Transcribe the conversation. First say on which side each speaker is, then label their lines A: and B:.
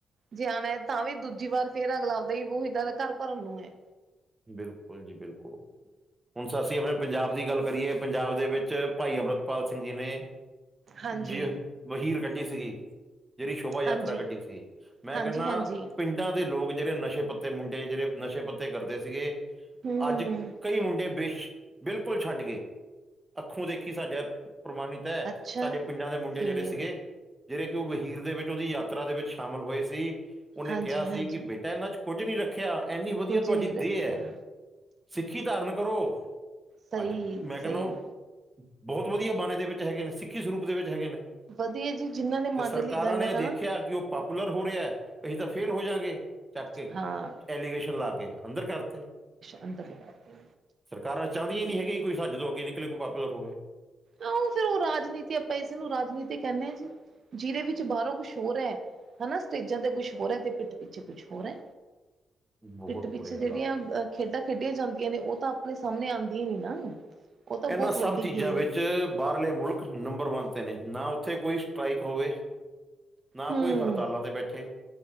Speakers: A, on the right (about 55°); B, on the right (about 25°).
A: ਜਾਣਾ ਤਾਂ ਵੀ ਦੂਜੀ ਵਾਰ ਫੇਰ ਅਗਲਾ ਆਪਦਾ ਈ ਬਹੀਦਾ ਘਰ ਭਰਨ ਨੂੰ ਏ
B: ਬਿਲਕੁਲ ਜੀ ਬਿਲਕੁਲ ਹੁਣ ਅਸੀਂ ਆਪਣੇ ਪੰਜਾਬ ਦੀ ਗੱਲ ਕਰੀਏ, ਪੰਜਾਬ ਦੇ ਵਿੱਚ ਭਾਈ ਅੰਮ੍ਰਿਤਪਾਲ ਸਿੰਘ ਜੀ ਨੇ
A: ਹਾਂਜੀ
B: ਜ ਵਹੀਰ ਕੱਢੀ ਸੀਗੀ। ਜਿਹੜੀ ਸ਼ੋਭਾ ਯਾਤਰਾ
A: ਹਾਂਜੀ
B: ਕੱਢੀ ਸੀ, ਮੈਂ
A: ਹਾਂਜੀ
B: ਕਹਿੰਨਾ
A: ਹਾਂਜੀ
B: ਪਿ ਪਿੰਡਾਂ ਦੇ ਲੋਕ ਜਿਹੜੇ ਨਸ਼ੇ- ਪੱਤੇ ਮੁੰਡੇ ਜਿਹੜੇ ਨਸ਼ੇ- ਪੱਤੇ ਕਰਦੇ ਸੀਗੇ,
A: ਹਮ ਹਮ
B: ਅੱਜ
A: ਹਮ
B: ਕਈ ਮੁੰਡੇ ਬੇਸ਼ ਬਿਲਕੁਲ ਛੱਡ ਗਏ, ਅੱਖੋਂ ਦੇਖੀ ਸਾਡਾ ਪ੍ਰਮਾਣਿਤ
A: ਅੱਛਾ
B: ਸਾਡੇ ਪਿੰਡਾਂ ਦੇ ਮੁੰਡੇ
A: ਫੇਰ
B: ਜਿਹੜੇ ਸੀਗੇ। ਜਿਹੜੇ ਕਿ ਉਹ ਵਹੀਰ ਦੇ ਵਿੱਚ ਉਹਦੀ ਯਾਤਰਾ ਦੇ ਵਿੱਚ ਸ਼ਾਮਿਲ ਹੋਏ ਸੀ, ਉਹਨੇ
A: ਹਾਂਜੀ
B: ਕਿਹਾ ਸੀ
A: ਹਾਂਜੀ
B: ਕਿ ਬੇਟਾ ਇਹਨਾਂ 'ਚ' ਕੁੱਝ ਨਹੀਂ ਰੱਖਿਆ, ਇੰਨੀ ਵਧੀਆ
A: ਕੁੱਝ
B: ਤੁਹਾਡੀ
A: ਨਹੀਂ ਰੱਖਿਆ
B: ਦੇਹ ਐ, ਸਿੱਖੀ ਧਾਰਮਿਕ ਕਰੋ,
A: ਸਹੀ
B: ਅੱਜ ਮੈਂ ਕਹਿੰਦਾ
A: ਸਹੀ
B: ਉਹ ਬਹੁਤ ਵਧੀਆ ਬਾਣੇ ਦੇ ਵਿੱਚ ਹੈਗੇ ਨੇ, ਸਿੱਖੀ ਸਰੂਪ ਦੇ ਵਿੱਚ ਹੈਗੇ ਨੇ
A: ਵਧੀਆ ਜੀ ਜਿਨਾਂ ਨੇ ਮੰਨ
B: ਤੇ ਸਰਕਾਰਾਂ
A: ਲਈ ਗੱਲ
B: ਨੇ
A: ਹਨਾ
B: ਦੇਖਿਆ ਕਿ ਉਹ- ਪਾਪੂਲਰ ਹੋ ਰਿਹਾ, ਅਸੀਂ ਤਾਂ ਫੇਲ ਹੋ ਜਾਂਗੇ, ਚੱਕ ਕੇ
A: ਹਾਂ
B: ਐਲੀਗੇਸ਼ਨ ਲਾ ਕੇ ਅੰਦਰ ਕਰ
A: ਅੰਦਰ ਲਗਾਤੇ
B: ਸਰਕਾਰਾ ਚਾਹੁੰਦੀਆਂ ਨੀ
A: ਬਿਲਕੁਲ
B: ਹੈਗੀਆਂ ਕੋਈ ਸਾਡੇ ਤੋਂ ਅੱਗੇ ਨਿਕਲੇ ਕੋਈ ਪਾਪੂਲਰ ਹੋਵੇ।
A: ਆਹ ਉਹ ਫੇਿਰ ਉਹ ਰਾਜਨੀਤੀ ਆਪਾਂ ਇਸ ਨੂੰ ਰਾਜਨੀਤੀ ਕਹਿੰਦੇ ਆ ਜੀ, ਜਿਹਦੇ ਵਿੱਚ ਬਾਹਰੋਂ ਕੁਛ ਹੋਰ ਏ ਹਨਾ, ਸਟੇਜਾਂ ਤੇ ਕੁਛ ਹੋਰ ਐ ਤੇ ਪਿੱਠ ਪਿੱਛੇ ਕੁਛ ਹੋਰ ਏ,
B: ਬਹੁਤ
A: ਪਿੱਠ ਪਿੱਛੇ
B: ਬੁਰੇ ਹਾਲਾਤ ਨੇ
A: ਖੇਡਾਂ ਖੇਡੀਆਂ ਜਾਂਦੀਆਂ ਨੇ ਉਹ ਤਾਂ ਆਪਣੇ ਸਾਹਮਣੇ ਆਂਦੀਆਂ ਨੀ ਨਾ ਉਹ ਤਾਂ
B: ਇਹਨਾਂ
A: ਬਹੁਤ ਵੱਡੀ
B: ਸਭ ਚੀਜ਼ਾਂ
A: ਗੇਮ
B: ਵਿੱਚ ਬਾਹਰਲੇ ਮੁਲਕ ਨੰਬਰ ਵਨ 'ਤੇ ਨਾ ਉੱਥੇ ਕੋਈ ਸਟਰਾਈਕ ਹੋਵੇ। ਨਾ
A: ਹੂੰ
B: ਕੋਈ ਹੜਤਾਲਾਂ ਤੇ ਬੈਠੇ।